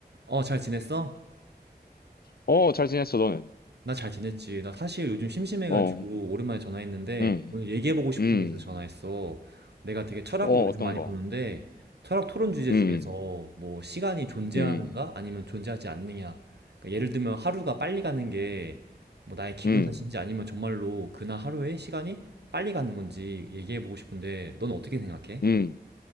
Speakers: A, on the right; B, on the left.
A: 어, 잘 지냈어?
B: 어, 잘 지냈어, 너는?
A: 나 잘 지냈지. 나 사실 요즘 심심해가지고
B: 어,
A: 오랜만에 전화했는데
B: 음,
A: 오늘 얘기해보고 싶은
B: 음,
A: 게 있어서 전화했어. 내가 되게 철학을
B: 어,
A: 요즘
B: 어떤
A: 많이
B: 거?
A: 보는데 철학 토론 주제
B: 음,
A: 중에서 뭐 시간이 존재하는가
B: 음,
A: 아니면 존재하지 않느냐. 그러니까 예를 들면 하루가 빨리 가는 게 뭐 나의 기분
B: 음,
A: 탓인지 아니면 정말로 그날 하루에 시간이 빨리 가는 건지 얘기해보고 싶은데 넌 어떻게 생각해?
B: 음.